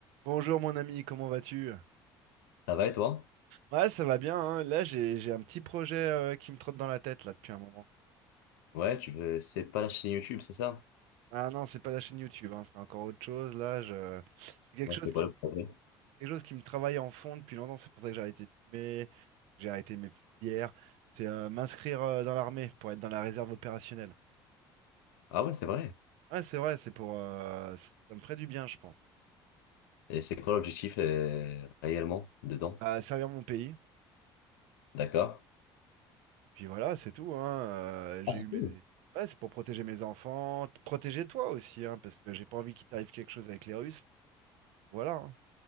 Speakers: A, on the right (about 75°); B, on the left (about 85°).
A: Bonjour mon ami, comment vas-tu?
B: Ça va et toi?
A: Ouais, ça va bien, hein. Là, j'ai j'ai un petit projet euh, qui me trotte dans la tête là depuis un moment.
B: Ouais, tu veux, c'est pas la chaîne YouTube, c'est ça?
A: Ah non, c'est pas la chaîne YouTube, hein, c'est encore autre chose. Là, je... c'est quelque
B: Ouais,
A: chose
B: c'est
A: qui
B: quoi
A: me...
B: le projet?
A: quelque chose qui me travaille en fond depuis longtemps. C'est pour ça que j'ai arrêté de fumer, que j'ai arrêté mes petites bières. C'est euh, m'inscrire euh, dans l'armée pour être dans la réserve opérationnelle.
B: Ah ouais, c'est vrai.
A: Ouais, c'est vrai, c'est pour euh, ça me ferait du bien, je pense.
B: Et c'est quoi l'objectif euh, réellement dedans?
A: À servir mon pays.
B: D'accord.
A: Puis voilà, c'est tout, hein. euh, j'ai
B: Ah, c'est
A: eu mes...
B: tout.
A: Ouais, c'est pour protéger mes enfants, t- protéger toi aussi, hein, parce que j'ai pas envie qu'il t'arrive quelque chose avec les Russes. Voilà, hein.